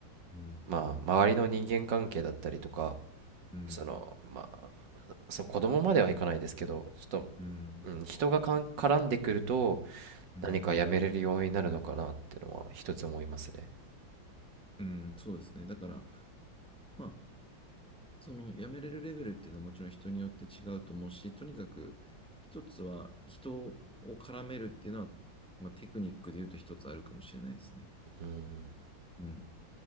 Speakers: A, in the centre; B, on the right.
A: うん。
B: まあ周りの人間関係だったりとか
A: うん。
B: そのまあその子供まではいかないですけどちょっと、
A: う
B: うん、人がかん絡んでくると
A: ん。
B: 何か辞めれる要因になるのかなっていうのは一つ思いますね。
A: うんそうですね。だから、まあ、その辞めれるレベルっていうのはもちろん人によって違うと思うし、とにかく一つは人を絡めるっていうのは、まあ、テクニックで言うと一つあるかもしれないですね。
B: うん、
A: うん。